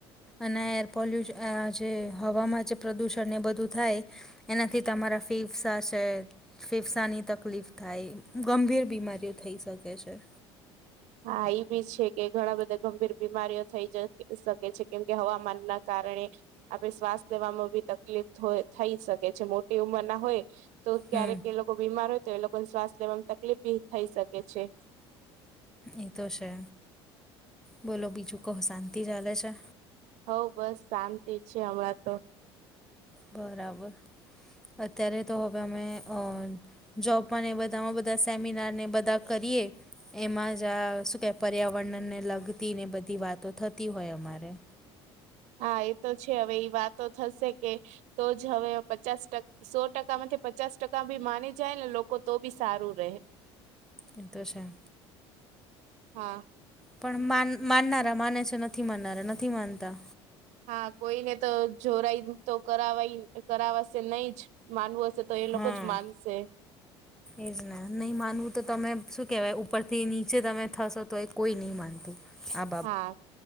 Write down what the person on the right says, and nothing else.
હા એ બી છે કે ઘણા બધા ગંભીર બીમારીઓ થઈ જ શકે છે કેમકે હવામાન ના કારણે આપે શ્વાસ લેવામાં બી તકલીફ થઈ શકે છે મોટી ઉંમર ના હોય તો ક્યારેક
એ લોકો બીમાર હોય તો એ લોકોને શ્વાસ લેવાવામાં તકલીફ ભી થઈ શકે છે
હઉ બસ શાંત છે હમણાં તો
હા એ તો છે હવે એ વાતો થશે કે તો જ હવે પચાસ ટકા સો ટકા માંથી પચાસ ટકા બી માની જાય ને લોકો તો બી સારું રહે
હા
હા કોઈને તો જોરાઈ તો કરાવાય કરાવવાશે નહી જ માનવું હશે તો એ લોકો
જ માનશે
હા